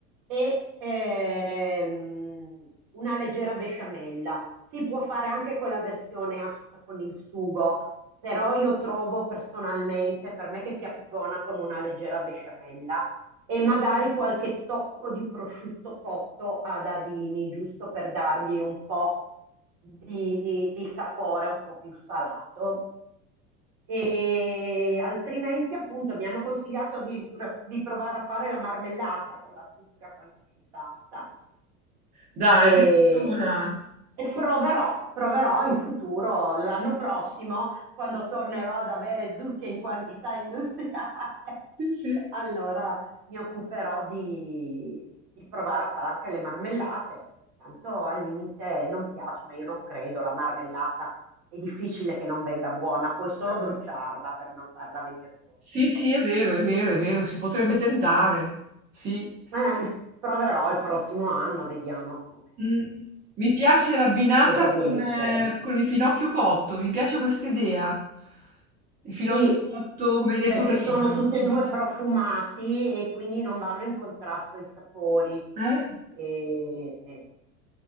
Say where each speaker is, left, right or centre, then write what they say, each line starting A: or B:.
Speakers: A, on the right; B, on the right.
A: e ehm, una leggera besciamella. Si può fare anche con la versione a- con il sugo, però io trovo personalmente per me che sia più buona con una leggera besciamella e magari qualche tocco di prosciutto cotto a dadini, giusto per dargli un po' di, di di sapore un po' più salato e altrimenti appunto mi hanno consigliato addirittura di provare a fare la marmellata con la zucca quando ne hai tanta
B: Dai,
A: e,
B: addirittura.
A: e proverò, proverò in futuro, l'anno prossimo, quando tornerò ad avere zucche in quantità industriale. <laughs>
B: Sì, sì.
A: Allora mi occuperò di, di provare a fare anche le marmellate. Tanto al limite non piace, ma io non credo, la marmellata è difficile che non venga buona, puoi solo bruciarla per non farla venire buona
B: Sì, sì,
A: poi.
B: è vero, è vero, è vero, si potrebbe tentare. Sì.
A: Eh, proverò il prossimo anno, vediamo come,
B: Mh, mi piace l'abbinata
A: cosa viene
B: con eh,
A: fuori.
B: con il finocchio cotto, mi piace questa idea. Il finocchio
A: Sì,
B: cotto, come hai detto
A: perché
B: prima.
A: Sono sono tutti e tutti due profumati e quindi non vanno in contrasto i sapori
B: Eh?
A: e, e-